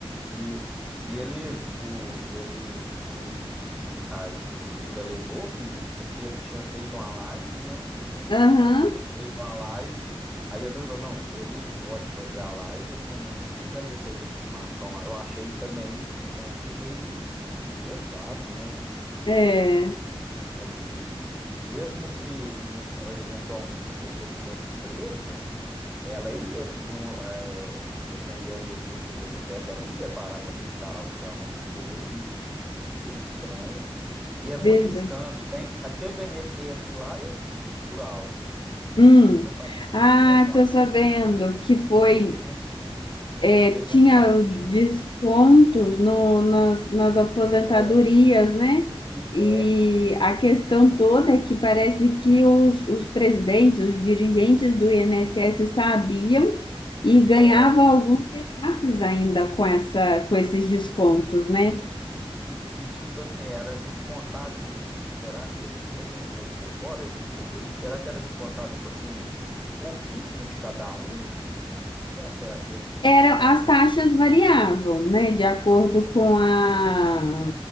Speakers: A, in the centre; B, on the left (about 55°).
A: Isso. E eles, o, eles, o juiz, a equipe do juiz alegou que porque ele tinha feito uma live, né?
B: Aham,
A: Parece que ele tinha feito uma live. Aí eles alegou, não, se ele pode fazer a live, ele também vai receber intimação lá. Eu achei também um tanto meio pesado, né? Porque
B: é,
A: ali, mesmo se no- eventualmente a pessoa tivesse presa, ela ia pra um, eh, dependendo do risco que a pessoa tivesse, ela ia parar no hospital. Então, ficou meio, meio estranho. E é muito
B: verdade.
A: escândalo, tem. Aquele do INSS lá eu vi por alto.
B: Hum.
A: Você tá sabendo de,
B: Ah,
A: de alguma
B: tô sabendo
A: coisa?
B: que foi
A: Teve uns,
B: é,
A: teve
B: tinha
A: uns partidos.
B: descontos no, nas, nas aposentadorias,
A: Nossa,
B: né?
A: pois
B: E
A: é.
B: a questão toda é que parece que os, os presidentes, os dirigentes do INSS sabiam e
A: Nossa.
B: ganhavam alguns repasses ainda com essa, com esses descontos, né?
A: E, e tipo assim, era descontado. Será que eu tomei um pouco por fora? Eu vi que você viu aí. Será que era descontado, tipo assim, pouquíssimo de cada um? Como é que será que eles
B: Era,
A: faziam?
B: as taxas
A: isso?
B: variavam, né? De acordo com a,